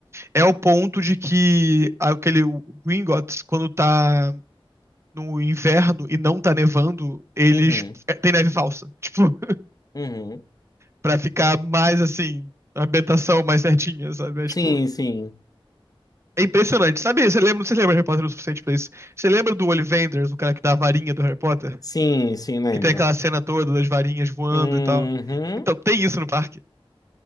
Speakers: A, on the right; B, on the left.
A: É o ponto de que aquele o Gringotts, quando tá no inverno e não tá nevando, eles.
B: Uhum,
A: é, Tem neve falsa. <laughs> Tipo.
B: uhum.
A: Pra ficar mais assim, a ambientação mais certinha, sabe? É
B: Sim,
A: tipo.
B: sim.
A: É impressionante. Sabe, você lembra, não sei se lembra de Harry Potter o suficiente pra isso. Você lembra do Ollivanders, o cara que dá a varinha do Harry Potter?
B: Sim, sim, lembro.
A: Que tem aquela cena toda das varinhas voando
B: Uhum.
A: e tal. Então, tem isso no parque.